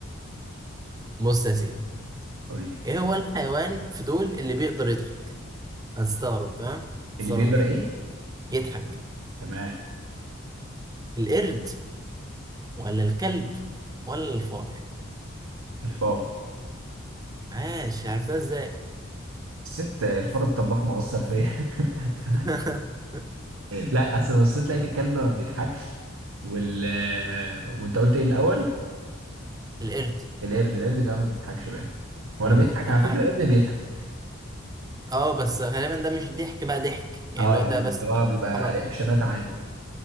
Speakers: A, on the right; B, on the right.
A: بص يا سيدي
B: قول لي
A: ايه هو الحيوان في دول اللي بيقدر يضحك هتستغرب تمام هتستغرب
B: اللي بيقدر
A: جامد
B: ايه
A: يضحك
B: تمام
A: القرد ولا الكلب ولا الفار
B: الفار
A: عاش عرفتها ازاي
B: ست الفار الطباخ مؤثر فيا <laughs> ف-
A: <laughs>
B: لا اصل بصيت لقيت الكلب ما بيضحكش وال وانت قلت ايه الاول
A: القرد
B: القرد القرد كمان ما بيضحكش باين ولا
A: مم.
B: بيضحك على
A: أنا-
B: فكره القرد بيضحك
A: اه بس غالبا ده مش ضحك بقى ضحك يعني
B: اه
A: لو
B: يعني
A: ده
B: اللي
A: بس
B: هو بيبقى
A: حركة
B: رياكشنات
A: يعني
B: عادي